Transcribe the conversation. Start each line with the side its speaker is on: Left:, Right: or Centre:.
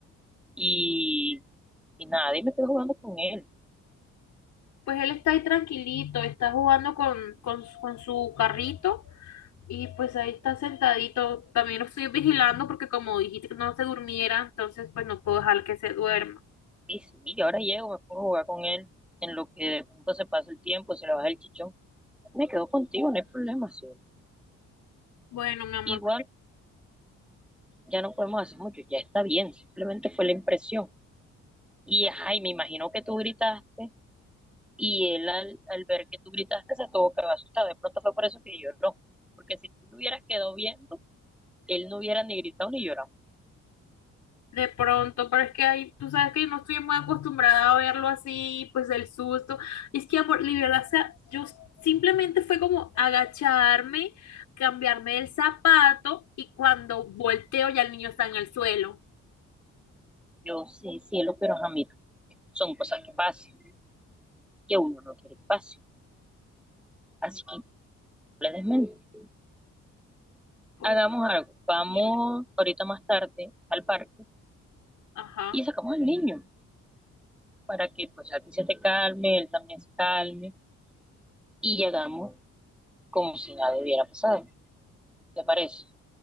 Centre: y, y nada, y me quedo jugando con él.
Left: Pues él está ahí tranquilito, está jugando con, con, con su carrito Y pues ahí está sentadito. También lo estoy vigilando porque como dijiste que no se durmiera, entonces pues no puedo dejar que se duerma.
Centre: Y sí, y ahora llego, me pongo a jugar con él, en lo que de pronto se pasa el tiempo, se le baja el chichón. Me quedo contigo, no hay problema, sí.
Left: Bueno, mi amor,
Centre: Igual ya no podemos hacer mucho, ya está bien, simplemente fue la impresión. Y ay, me imagino que tú gritaste y él al, al ver que tú gritaste se tuvo que haber asustado. De pronto fue por eso que yo no porque si tú lo hubieras quedado viendo él no hubiera ni gritado ni llorado.
Left: de pronto, pero es que ahí tú sabes que yo no estoy muy acostumbrada a verlo así, pues del susto. Y es que, amor, libertad, o sea, yo simplemente fue como agacharme, cambiarme el zapato y cuando volteo ya el niño está en el suelo.
Centre: Yo sí, cielo, pero ajá, mira, son cosas que pasan, que uno no quiere que pase. Así que no le desmente.
Left: Pues
Centre: Hagamos algo. Vamos
Left: dime,
Centre: ahorita más tarde al parque
Left: ajá.
Centre: y sacamos al niño para que pues a ti se te calme, él también se calme y llegamos como si nada hubiera pasado. ¿Te parece?